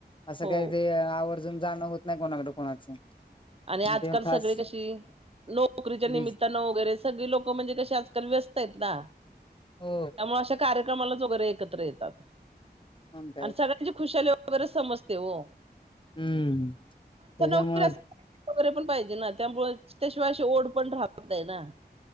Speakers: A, on the left; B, on the right.
A: असं
B: हो
A: काही आवर्जून जाणं होत नाही कोणाकडे कोणाचं.
B: आणि आजकाल
A: ते खास
B: सगळे कसे? नोकरीच्या निमित्तान
A: बीज
B: वगैरे सगळे लोक म्हणजे कस आजकाल व्यस्त आहेत ना त्यामुळे
A: हो
B: अशा कार्यक्रमालाच वगैरे एकत्र येतात.
A: मग काय
B: आणि सगळ्यांची खुशाली वगैरे समजते ओ.
A: हम्म त्याच्यामुळेच
B: वगैरे असं वगैरे पण पाहिजे, ना त्यामुळे त्याशिवाय अशी ओढ पण राहत नाही ना.